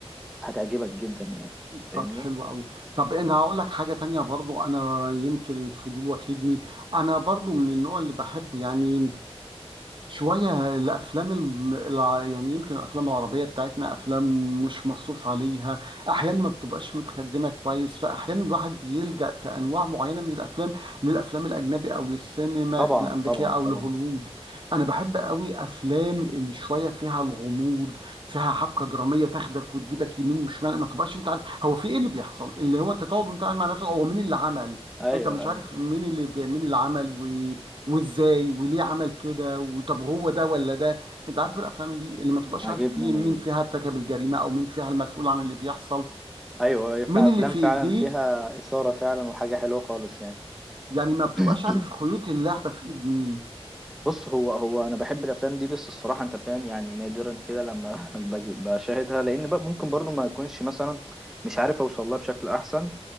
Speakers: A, in the centre; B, on the right (about 50°).
A: هتعجبك جدا يعني فاهمني
B: طب حلو قوي طب انا هقول لك حاجة تانية برضو انا يمكن الفضول واخدني انا برضو من النوع اللي بحب يعني شوية الأفلام الم... الع- يعني يمكن الأفلام العربية بتاعتنا أفلام مش مصروف عليها أحيانا ما بتبقاش متخدمة كويس فأحيانا الواحد بيلجأ في أنواع معينة من الأفلام للأفلام الأجنبي أو للسينما
A: طبعا
B: الأمريكية
A: طبعا
B: أو
A: طبعا
B: لهوليوود أنا بحب قوي أفلام اللي شوية فيها الغموض فيها حبكة درامية تاخدك وتجيبك يمين وشمال ما تبقاش أنت عارف هو في إيه اللي بيحصل اللي هو أنت تقعد وأنت قاعد مع نفسك هو مين اللي عمل
A: ايوه
B: أنت مش
A: ايوه
B: عارف مين اللي بي... مين اللي عمل وازاي وليه عمل كده وطب هو ده ولا ده انت عارف الافلام دي اللي ما تبقاش
A: عاجبني
B: عارف فيه
A: انا
B: مين
A: ال-
B: فيها ارتكب الجريمه او مين فيها المسؤول عن اللي بيحصل
A: ايوه هي في
B: مين
A: افلام
B: اللي في
A: فعلا
B: ايديه
A: فيها إثارة فعلا وحاجة حلوة خالص يعني
B: يعني ما بتبقاش
A: <clears throat>
B: عارف خيوط اللعبه في ايد مين
A: بص هو هو انا بحب الافلام دي بس الصراحه انت فاهم يعني نادرا كده لما <laughs> باجي بشاهدها لان بقى ممكن برضو ما اكونش مثلا مش عارف اوصل لها بشكل احسن